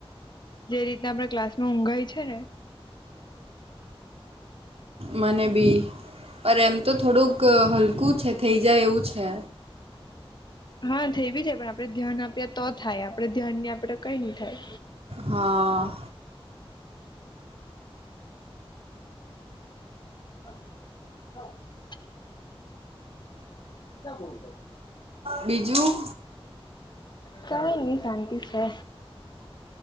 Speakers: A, on the left; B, on the right.
A: જે રીતના આપણે ક્લાસમાં ઊઘાઈ છે ને
B: મને બી પર એમ તો થોડુંક હલકું છે થઈ જાય એવું છે
A: હા થઈ બી છે પણ આપડે ધ્યાન આપ્યા તો થાય આપડે ધ્યાન આપડે કઈ નઈ થાય
B: હા
A: <unintelligible> <unintelligible>
B: બીજું
A: કંઈ નઈ શાંતિ છે.